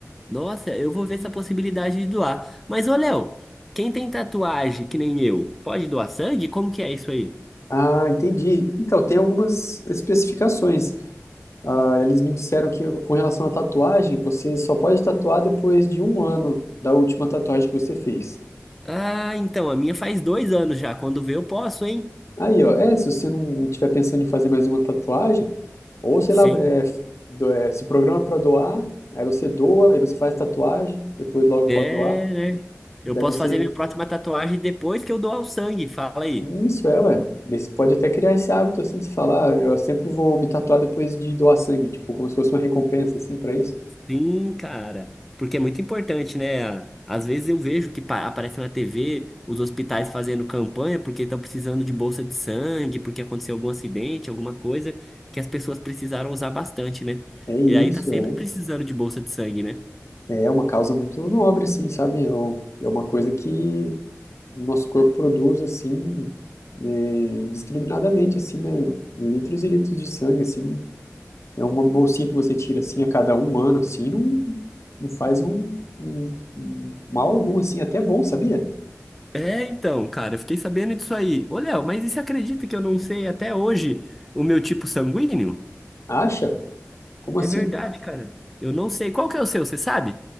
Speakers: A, in the centre; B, on the left (about 60°).
A: Nossa, eu vou ver essa possibilidade de doar. Mas, ô Léo, quem tem tatuagem que nem eu, pode doar sangue? Como que é isso aí?
B: Ah, entendi. Então, tem algumas especificações. Ah, eles me disseram que com relação à tatuagem, você só pode tatuar depois de um ano da última tatuagem que você fez.
A: Ah, então, a minha faz dois anos já. Quando vê, eu posso, hein?
B: Aí, ó, é, se você não estiver pensando em fazer mais uma tatuagem, Ou, sei
A: Sim.
B: lá, é, do- é, se programa para doar, aí você doa, aí você faz tatuagem, depois logo
A: É,
B: pode doar.
A: né? Eu
B: Daí
A: posso
B: você.
A: fazer minha próxima tatuagem depois que eu doar o sangue. Fala aí.
B: Isso é, ué. Daí você pode até criar esse hábito, assim, de falar, "Ah, eu sempre vou me tatuar depois de doar sangue, tipo, como se fosse uma recompensa, assim, para isso.
A: Sim, cara, porque é muito importante, né? A- Às vezes eu vejo que pa- aparece na TV os hospitais fazendo campanha porque estão precisando de bolsa de sangue, porque aconteceu algum acidente, alguma coisa que as pessoas precisaram usar bastante, né?
B: É isso,
A: E aí tá sempre
B: é.
A: precisando de bolsa de sangue, né?
B: É uma causa muito nobre, assim, sabe? É um- é uma coisa que o nosso corpo produz, assim, é, indiscriminadamente, assim, né? Litros e litros de sangue, assim. É uma bolsinha que você tira assim a cada um ano, assim, não, não faz um, um- um mal algum, assim, até bom, sabia?
A: É, então, cara, eu fiquei sabendo disso aí. Ô, Léo, mas e você acredita que eu não sei até hoje o meu tipo sanguíneo?
B: Acha? Como
A: É
B: assim?
A: verdade, cara. Eu não sei. Qual que é o seu, você sabe?